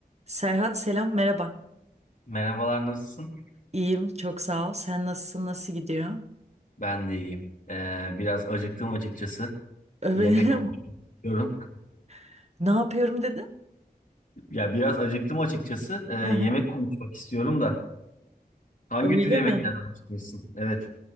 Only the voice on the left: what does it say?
Merhabalar, nasılsın?
Ben de iyiyim. Ee, biraz acıktım açıkçası.
Yemek konuşmak istiyorum.
Ya biraz acıktım açıkçası. Ee, yemek
konuşmak istiyorum da. Hangi
tür yemeklerden
hoşlanırsın? Evet.